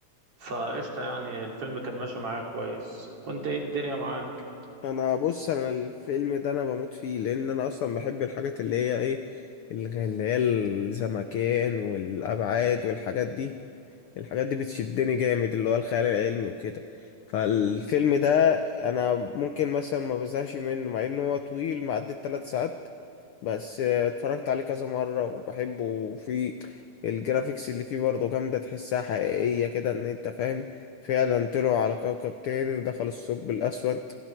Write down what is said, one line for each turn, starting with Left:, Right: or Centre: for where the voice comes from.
Right: فقشطه يعني الفيلم كان ماشي معايا كويس وانت ايه الدنيا معاك
Left: انا بص انا الفيلم ده انا بموت فيه لان انا اصلا بحب الحاجات اللي هي ايه الغ- اللي هي الزمكان والابعاد والحاجات دي الحاجات دي بتشدني جامد اللي هو الخيال العلمي وكده فالفيلم ده انا ممكن مثلا ما بزهقش منه مع انه هو طويل معدي الثلاث ساعات بس آه، اتفرجت عليه كذا مرة وبحبه وفي الجرافيكس اللي فيه برضه جامدة تحسها حقيقية كده ان انت فاهم فعلا طلعوا على كوكب تاني ودخلوا الثقب الأسود